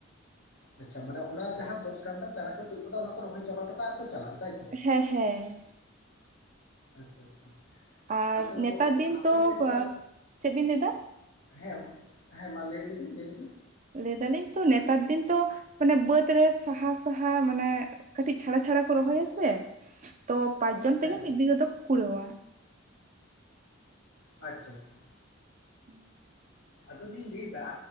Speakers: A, on the left; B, on the right.
A: ᱟᱪᱪᱷᱟ ᱢᱟᱱᱮ ᱚᱱᱟ ᱡᱟᱦᱟᱸ ᱫᱚᱥ ᱜᱟᱱᱰᱟ ᱪᱟᱨᱟ ᱠᱚ ᱛᱩᱫ ᱟᱠᱟᱫᱟ ᱚᱱᱟ ᱠᱚ ᱨᱚᱦᱚᱭ ᱪᱟᱵᱟ ᱚᱴᱚ ᱠᱟᱜᱼᱟ ᱟᱨ ᱠᱚ ᱪᱟᱞᱟᱜ ᱛᱟᱭᱛᱚ?
B: ᱦᱮᱸ, ᱦᱮᱸ᱾
A: ᱟᱪᱪᱷᱟ ᱟᱪᱪᱷᱟ
B: ᱟᱨ
A: ᱟᱫᱚ
B: ᱱᱮᱛᱟᱨ ᱫᱤᱱ
A: ᱟᱯᱮ
B: ᱛᱚ
A: ᱥᱮᱫ ᱫᱚ
B: ᱪᱮᱫ ᱵᱤᱱ ᱞᱟᱹᱭᱫᱟ?
A: ᱦᱮᱸ, ᱦᱮᱸ ᱢᱟ ᱞᱟᱹᱭ ᱞᱮᱵᱤᱱ ᱞᱟᱹᱭ ᱞᱮᱵᱤᱱ
B: ᱞᱟᱹᱭ ᱫᱟᱞᱤᱧ ᱛᱚ ᱱᱮᱛᱟᱨ ᱫᱤᱱ ᱛᱚ ᱢᱟᱱᱮ ᱵᱟᱹᱫᱽ ᱨᱮ ᱥᱟᱦᱟ ᱥᱟᱦᱟ ᱢᱟᱱᱮ ᱠᱟᱹᱴᱤᱡ ᱪᱷᱟᱲᱟ ᱪᱷᱟᱲᱟ ᱠᱚ ᱨᱚᱦᱚᱭᱟ ᱥᱮ ᱛᱚ ᱯᱟᱸᱪᱡᱚᱱ
A: ᱦᱮᱸ
B: ᱛᱮᱜᱮ ᱢᱤᱫ ᱵᱤᱜᱷᱟᱹ ᱫᱚᱠᱚ ᱠᱩᱲᱟᱹᱣᱟ᱾
A: ᱟᱪᱪᱷᱟ ᱟᱪᱪᱷᱟ᱾
B: <inaudible>
A: ᱟᱫᱚ ᱞᱤᱧ ᱞᱟᱹᱭ ᱮᱫᱟ